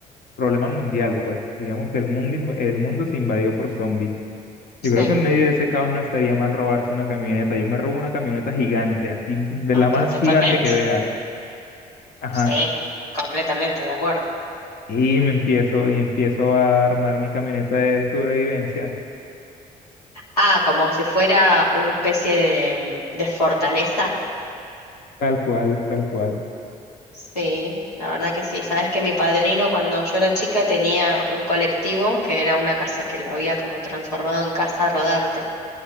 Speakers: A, on the left; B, on the left.
A: problema mundial, pues, digamos que el mundo, inv- el mundo se invadió por zombies. Yo
B: Sí.
A: creo que en medio de ese caos no estaría mal robarse una camioneta. Yo me robo una camioneta gigante, así, de
B: Ah,
A: la más
B: pero totalmente.
A: gigante que vea. Ajá
B: Sí, co- completamente de acuerdo.
A: Y me empiezo, y empiezo a armar mi camioneta de sobrevivencia,
B: Ah, como si fuera una especie de, de fortaleza.
A: tal cual, tal cual.
B: Sí, la verdad que sí. Sabes que mi padrino cuando yo era chica tenía un colectivo que era una casa que lo había como transformado en casa rodante.